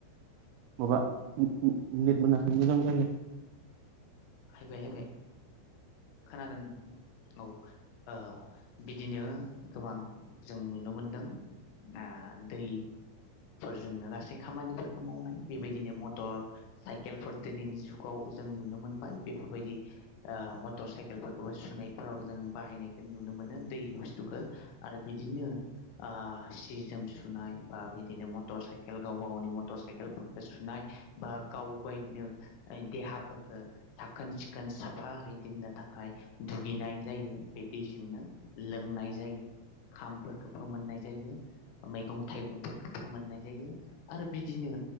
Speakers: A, on the right; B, on the left.
A: माबा उम उम नेट मोनाखै मोजां रायलाय
B: हायबाय हाबाय खोनादों औ औ बिदिनो गोबां जों नुनो मोनदों ओ दैफोरजोंनो गासै खामानिफोरखौ मावनाय बेबायदिनो मटर साइकेलफोर दिनैनि जुगाव जों नुनो मोनबाय बेफोरबायदि ओ मटर साइकेलफोरखौबो सुनायफोराव जों बाहायनायखौ नुनो मोनो दै बुस्थुखो आरो बिदिनो आ सि-जोम सुनाय बा बिदिनो मटर साइकेल गावबा गावनि मटर साइकेलखौ सुनाय बा गाव बायनो देहाफोरखौ साखोन-सिखोन साफा हैै दोननो थाखाय दुगैनाय जायो बे दैजोंनो। लोंनाय जायो, खामफोरखौ फोमोननाय जायो, मैगं-थाइगंफोरखौ फोमोननाय जायो आरो बिदिनो